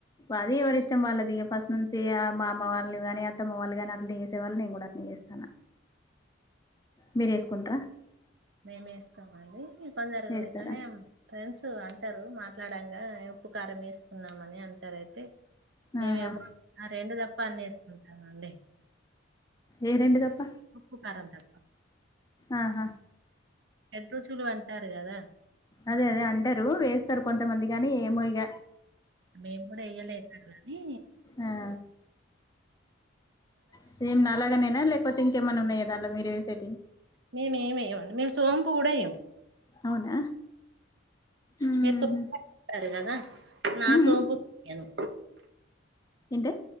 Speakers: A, on the left; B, on the right.
A: అది ఎవరిష్టం వాళ్ళది ఫస్ట్ నుంచి మా అమ్మ వాళ్ళని కాని అత్తమ్మ వాళ్లు గాని అట్లనే చేసేవాళ్ళు నేను కూడా అ ఎస్తానా మీరు వేసుకుంటార
B: మేమే ఏసుకోము అండి కొందరు
A: వేస్తారా
B: ఇట్లనే ఫ్రెండ్స్ అంటారు మాట్లాడాని ఉప్పు, కారం వేసుకున్నామని అన్ని అంటారు అయితే మేము
A: ఆహా
B: ఎవరు రెండు టాపి పన్ వేసుకుంటాం అండి
A: ఏ రెండి దప్ప
B: ఊప్పు కారం త
A: ఆహ
B: చేడ్రుచులు అంటారు గదా
A: అదే అదే అంటారు వేస్తారు కొంతమంది కాని ఏమో ఇగ
B: మేము కూడా ఎయ్యలే ఎన్నడూ గని
A: ఆ సేమ్ నాలాగనేనా లేకపోతే ఇంకేమనా ఉన్నాయా దాంట్లో మీరు ఎసెటి
B: మేమ ఏమియ్యమండి మేము సోంపుకూడా వేయ్యం
A: అవునా ఉహు
B: మీరు <inaudible> కదా నా
A: ఉ
B: సోంపు ఎయ్యను
A: ఏంటి